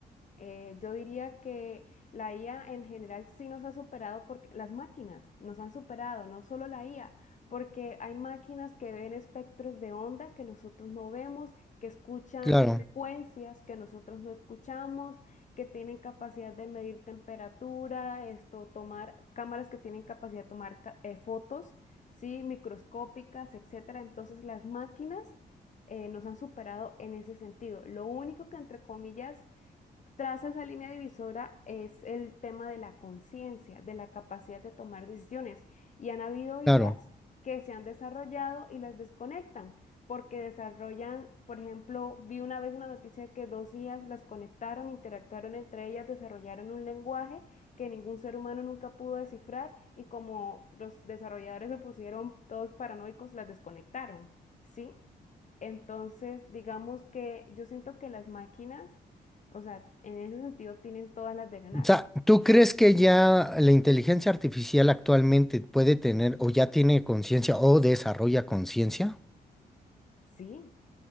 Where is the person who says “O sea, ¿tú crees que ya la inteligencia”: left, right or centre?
Centre